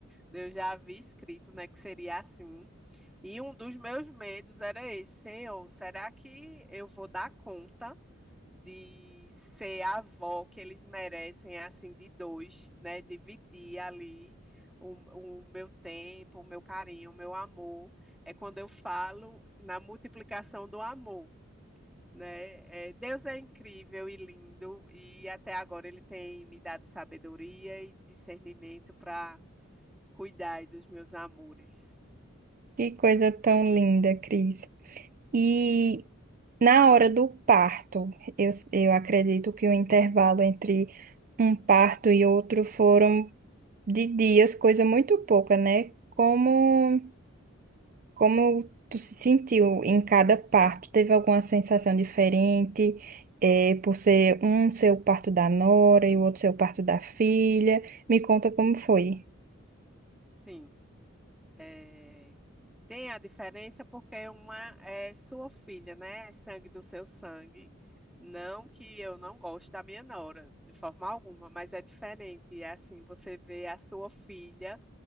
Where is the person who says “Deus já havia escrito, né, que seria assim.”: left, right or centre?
Centre